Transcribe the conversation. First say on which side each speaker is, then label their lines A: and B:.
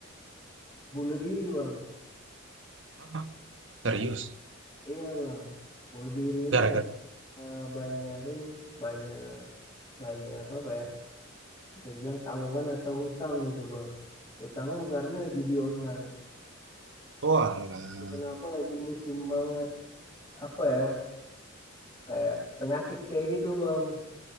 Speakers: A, on the left; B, on the right.
A: bunuh diri bang.
B: Hah? serius
A: Iya bang, bunuh dirinya
B: gara-gara
A: eh, banyak ini, banyak banyak apa ya? Bisa dibilang tanggungan atau hutang gitu bang. Hutangnya karena judi online.
B: oh alah.
A: Itu Kenapa lagi musim banget apa ya? Kayak penyakit kayak gitu bang.